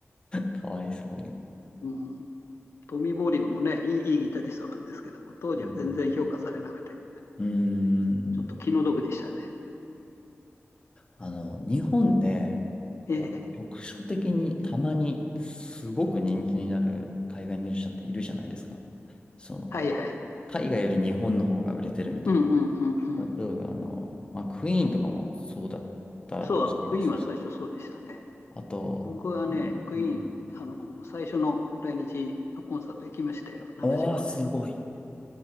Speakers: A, on the left; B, on the left.
A: かわいそうに。
B: うん。トミー・ボーリンもね、いい、いいギタリストなんですけども、当時は全然評価されなくて。
A: うん。うーん。
B: ちょっと気の毒でしたね。
A: あの、日本で、
B: ええ。
A: こう、局所的にたまにすごく人気になる海外ミュージシャンっているじゃないですか。その、
B: はいはい。
A: 海外より日本の方が売れてるみたい
B: うんうんうんうん。
A: な。例えば、あの、まあ、クイーンとかもそうだったらしいですし。
B: そう、クイーンは最初そうでしたね。
A: あと、
B: 僕はね、クイーン、
A: うん。
B: あの、最初の来日のコンサート行きましたよ、75年。
A: おー、すごい。